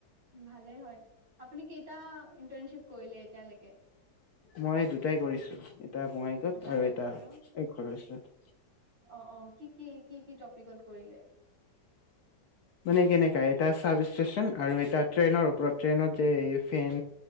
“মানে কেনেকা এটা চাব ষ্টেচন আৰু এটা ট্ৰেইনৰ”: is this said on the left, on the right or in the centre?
Left